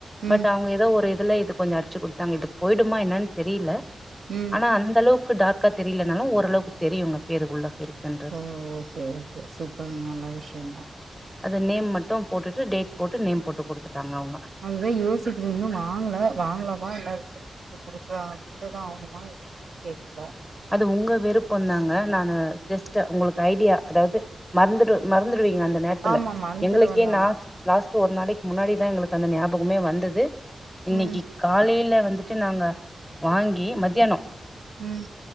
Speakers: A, on the right; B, in the centre.
A: ம்
B: பட் அவங்க ஏதோ ஒரு இதுல இது கொஞ்சோ அடிச்சு கொடுத்திருக்காங்க நம்முள்து போய்டுமா என்னன் தெரியல
A: ம்
B: ஆனா அந்த அளவுக் கு டார்க்கா தெரியிலனாலு ஓரளவுக்கு தெரியுங்க பேரு உள்ள இருக்குன்ற
A: ம் ஓகே ஓகே சூப்பர் நல்ல விஷ்யோ தா
B: அதில் நேம் மட்டும் போட்டுட்டு டேட் போட்டு நேம் போட்டு குடுத்துட்டாங்க அவங்க
A: அதுதா யோசிக்கிற இன்னு வாங்கல வாங்லாமா இல்ல ரிட்டன் <unintelligible> குத்துதா ஆவணுமா <inaudible> தெரில
B: அது உங்க விருப்பந்தாங்க நானு ஜஸ்ட்டு உங்களுக்கு ஐடியா அதாவ்து மறந்துடு மறந்துடுவீங்க அந்த நேரத்துல
A: ஆமா மறந்துருவனா
B: எங்களுக்கே நாஸ் லாஸ்ட்டு ஒரு நாளைக் முன்னாடிதா எங்களுக் அந்த ஞாபகமே வந்தது இன்னிக்கு
A: ம்
B: காலையில வந்துட்டு நாங்க வாங்கி மதியானோ
A: ம்